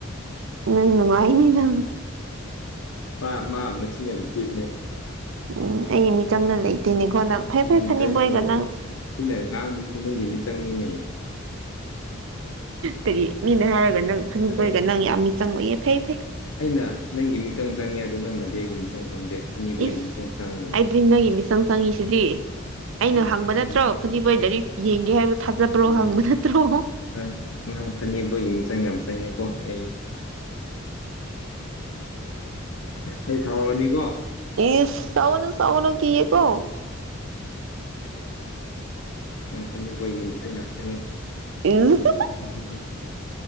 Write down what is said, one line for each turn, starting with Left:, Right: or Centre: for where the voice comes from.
Right: ꯅꯪ ꯅꯨꯡꯉꯥꯏꯅꯤ ꯅꯪ
Left: ꯃꯥ ꯃꯥ ꯃꯆꯤꯟ ꯌꯥꯝ ꯊꯤꯕꯅꯦꯕ
Right: ꯎꯝ ꯑꯩꯒꯤ ꯃꯤ ꯆꯪꯗ ꯂꯩꯇꯦꯅꯦꯀꯣ ꯅꯪ ꯐꯩ
Left: ꯑꯩꯒꯤ
Right: ꯐꯩ ꯐꯅꯤꯕꯣꯏꯒ
Left: ꯃꯤ ꯆꯪꯅꯤ
Right: ꯅꯪ
Left: ꯑꯩꯅ ꯉꯥꯡꯕꯁꯦ ꯅꯪꯒꯤ ꯃꯤ ꯆꯪꯅꯤꯅꯦ
Right: ꯀꯔꯤ ꯃꯤꯅ ꯍꯥꯏꯔꯒ ꯅꯪ ꯐꯅꯤꯄꯣꯏꯒ
Left: ꯑꯗꯣ
Right: ꯅꯪ ꯌꯥꯝ ꯃꯤ ꯆꯪꯑꯣꯢꯌꯦ ꯐꯩ ꯐꯩ
Left: ꯑꯩꯅ ꯅꯪꯒꯤ ꯃꯤꯆꯪ ꯆꯪꯉꯦ ꯑꯗꯨ ꯅꯪꯅꯗꯤ ꯑꯩꯒꯤ ꯃꯤꯆꯪ ꯆꯪꯗꯦ ꯑꯅꯤꯕꯨꯒꯤ
Right: ꯏꯁ
Left: ꯃꯤꯆꯪ ꯆꯪꯉꯒ ꯂꯩ
Right: ꯑꯩꯗꯤ ꯅꯪ ꯃꯤꯆꯪ ꯍꯪꯉꯤꯁꯤꯗꯤ ꯑꯩꯅ
Left: ꯎꯝ
Right: ꯍꯪꯕ
Left: ꯎꯝ
Right: ꯅꯠꯇ꯭ꯔꯣ ꯐꯅꯤꯕꯣꯏ ꯂꯥꯏꯔꯤꯛ ꯌꯦꯡꯒꯦ ꯍꯥꯏꯕ ꯊꯥꯖꯕ꯭ꯔꯣ
Left: ꯎꯝ
Right: ꯍꯥꯡꯕ ꯅꯠꯇ꯭ꯔꯣ
Left: ꯅꯪ ꯅꯪ ꯑꯅꯦꯛꯄꯣꯏꯒꯤ ꯃꯤꯆꯪ ꯌꯥꯝ ꯆꯪꯉꯦ ꯀꯣ ꯑꯩ ꯑꯩ ꯊꯥꯎꯔꯅꯤꯀꯣ
Right: ꯏꯁ ꯁꯥꯎꯒꯅꯨ ꯁꯥꯎꯒꯅꯨ ꯀꯤꯌꯦꯀꯣ
Left: ꯅꯪ ꯐꯅꯤꯕꯣꯏꯒꯤ ꯃꯤꯆꯪ ꯌꯥꯝ ꯆꯪꯉꯦ
Right: ꯏ <unintelligible>
Left: ꯎ ꯁꯔ <unintelligible>